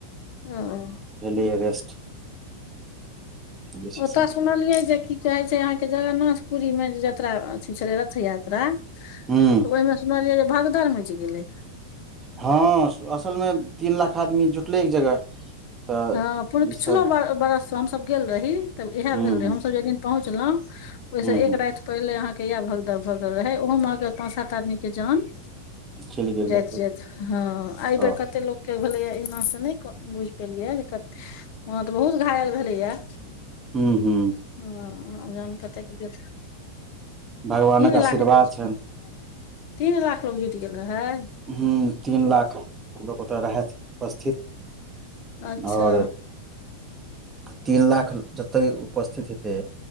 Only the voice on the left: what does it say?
ओ-
ओतऽ
सुनलियै जे की कहै छै अहाँके जगरनाथ पुरीमे जे जत्रा अथी छलै रथ जात्रा
ओय मे सुनलियै जे भगदर मैइच गेलै।
हँ पूर-पिछलो
बरस हमसब गेल रही, तब इहै
भेल रहे
हमसब जय दिन पहुँचलहुं, ओयस
एक
रागत पहिले अहाँके यैह भगदर भगेल रहै, ओहोमे अहाँके पाँच -सात आदमीके जान
जाइत
-जाइत, हँ अयबेर
कत्ते लोकके भेलैयै एनासँ नयक- बुइझ केलिये जे कत्। हं तऽ बहुत घायल भेलैयैऽ।
हं- जन कत्त कीजे
तीन लाख
<unintelligible>
तीन लाख लोक जुइट गेल रहै?
अच्छा